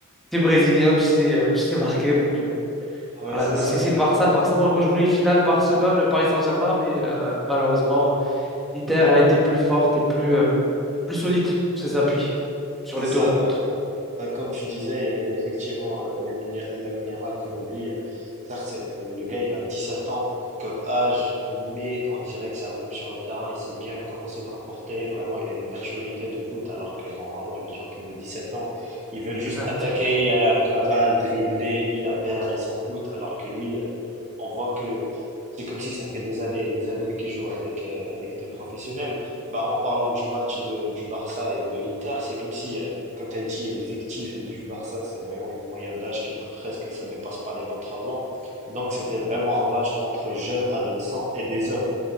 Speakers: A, in the centre; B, on the right.
A: T'es brésilien, tu sais, euh, tu sais marquer. Donc euh,
B: Ouais,
A: voilà,
B: c'est ça.
A: aussi si le Barça, le Barça, moi, moi, je voulais une finale Barcelone-Paris Saint-Germain, mais euh, malheureusement, l'Inter a été plus forte et plus, euh, plus solide sur ses appuis sur
B: C'est
A: les
B: ça.
A: deux rencontres.
B: Ben, Bah, comme tu disais, il y avait effectivement euh, Yamin- Lamine Yamal qu'on oublie. euh, Certes, c'est- le gars, il a dix sept ans comme âge, mais on dirait que c'est un homme sur le terrain. Il sait bien comment se comporter. Vraiment, il a une maturité de foot, alors que normalement, les gens qui- de sept ans, ils veulent juste
A: Exact.
B: attaquer, aller avec la balle, dribbler, il la perd, ils s'en foutent. Alors que lui, euh, on voit que c'est comme si ça fait des années et des années qu'il joue avec, euh, avec des professionnels. Bah, en parlant du match de, du Barça et de l'Inter, c'est comme si... euh, comme tu as dit, l'effectif du Barça, c'est vraiment une moyenne d'âge qui est presque, ça dépasse pas les 23 ans. Donc, c'était vraiment un match entre jeunes adolescents et des hommes